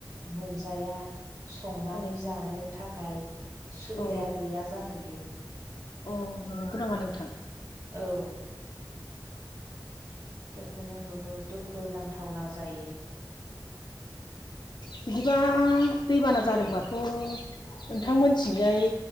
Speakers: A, on the right; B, on the left.
A: मोनजाया। संनानै
B: औ
A: जानो थाखाय सुबिदाया
B: औ
A: गैया जाहैयो।
B: औ
A: बेफोरावनो
B: नंगौ नामा नोंथां
A: औ! बेफोरखौनो बुहुद दुखु नांथावना जायो।
B: बिदिबा दैबाना जादोंबाथ'! नोंथांमोनथिंजाय